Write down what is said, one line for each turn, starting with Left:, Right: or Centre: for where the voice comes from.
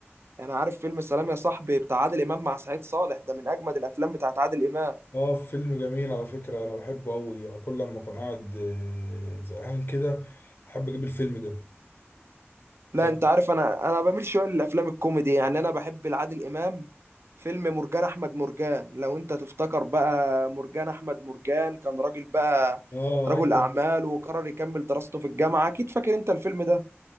Right: انا عارف فيلم سلام يا صاحبي بتاع عادل امام مع سعيد صالح ده من اجمد الافلام بتاعت عادل امام
Left: اه فيلم جميل على فكرة انا بحبه قوي يعني كل لما اكون قاعد آه، زهقان كده احب اجيب الفيلم ده
Right: لا
Left: طب-
Right: انت عارف انا انا بميل شويه للافلام الكوميدي يعني انا بحب لعادل امام فيلم مرجان احمد مرجان لو انت تفتكر بقى مرجان احمد مرجان كان راجل بقى
Left: اه
Right: رجل
Left: ايوه
Right: اعمال وقرر يكمل دراسته في الجامعه اكيد فاكر انت الفيلم ده